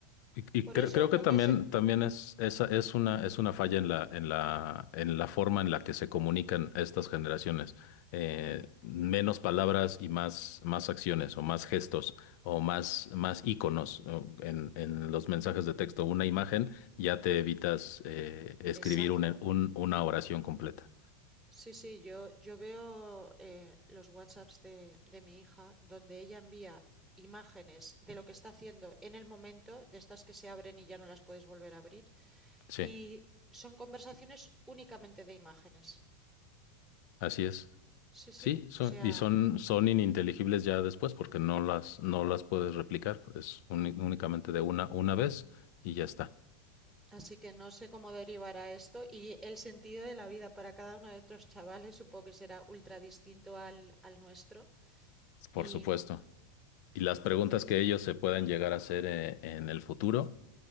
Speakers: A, on the left; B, in the centre.
A: y, y
B: por
A: creo,
B: eso
A: creo
B: lo
A: que también,
B: que se...
A: también es, esa es una, es una falla en la, en la, en la forma en la que se comunican estas generaciones. Eh, menos palabras y más, más acciones o más gestos o más, más íconos o en, en los mensajes de texto. Una imagen ya te evitas eh, escribir
B: Exacto.
A: una, un- una oración completa.
B: Sí, sí, yo, yo veo eh, los WhatsApps de, de mi hija donde ella envía imágenes de lo que está haciendo en el momento, de estas que se abren y ya no las puedes volver a abrir,
A: Sí,
B: y son conversaciones únicamente de imágenes.
A: así es.
B: Sí, sí,
A: Sí, son,
B: o sea,
A: y son, son ininteligibles ya después porque no las, no las puedes replicar, es uni- únicamente de una, una vez y ya está,
B: así que no sé cómo derivará esto y el sentido de la vida para cada uno de estos chavales supongo que será ultra distinto al, al nuestro
A: por
B: y
A: supuesto.
B: mm,
A: Y las
B: entonces,
A: preguntas que ellos se puedan llegar a hacer eh, en el futuro